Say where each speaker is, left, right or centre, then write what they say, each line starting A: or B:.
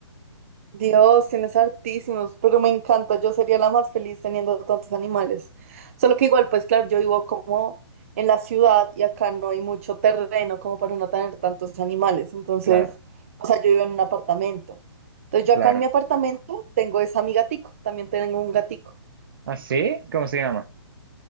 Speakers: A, on the right; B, on the right.
A: Dios, tienes hartísimos, pero me encanta. Yo sería la más feliz teniendo tantos animales. Solo que igual, pues claro, yo vivo como en la ciudad y acá no hay mucho terreno como para uno tener tantos animales. Entonces,
B: claro,
A: o sea, yo vivo en un apartamento. Entonces, yo
B: claro.
A: acá en mi apartamento tengo esa mi gatico, también tengo un gatico.
B: ¿Ah, sí? ¿Cómo se llama?